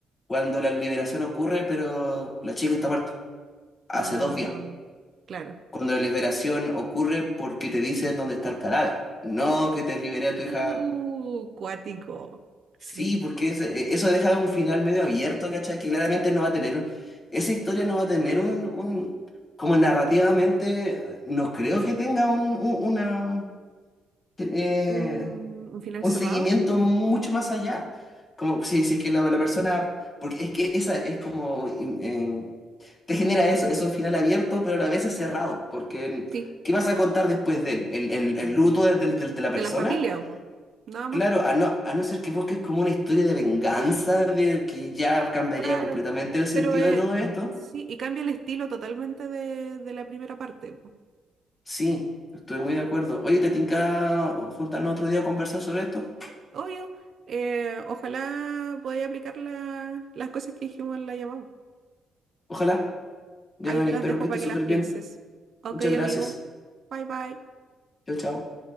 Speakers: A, on the left (about 30°); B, on the right (about 55°).
A: cuando la liberación ocurre, pero la chica está muerta, hace
B: Ah,
A: dos días,
B: no, claro.
A: cuando la liberación ocurre porque te dicen dónde está el cadáver, no que te liberé a
B: Uh,
A: tu hija
B: cuático. Sí.
A: Sí, porque eso, e, eso deja un final medio abierto, ¿cachai? Que claramente no va a tener un- esa historia no va a tener un, un- como narrativamente, no creo que tenga un, un- una, eh,
B: Un, un final
A: un
B: cerrado.
A: seguimiento mucho más allá. Como si, si es que la, la persona, porque es que esa es como, im- em, te genera eso, es un final abierto, pero a la vez es cerrado, porque
B: Sí.
A: ¿qué vas a contar después de él? ¿El, el- el luto del- del- del- de la
B: De
A: persona?
B: la familia, po. Nada más.
A: Claro, a no, a no ser que busques como una historia de venganza, de que ya cambiaría
B: Claro,
A: completamente el sentido
B: pero eh,
A: de todo esto.
B: sí, y cambia el estilo totalmente de, de la primera parte. po.
A: Sí, estoy muy de acuerdo. Oye, ¿te tinca juntarnos otro día a conversar sobre esto?
B: Obvio, eh, ojalá podáis aplicar la- las cosas que dijimos en la llamada.
A: Ojalá. Ya,
B: Ahí
A: Dani,
B: te las
A: espero
B: dejo
A: que estés
B: para que
A: súper
B: las pienses.
A: bien.
B: Ok,
A: Muchas gracias.
B: amigo, bye bye.
A: Chao, chao.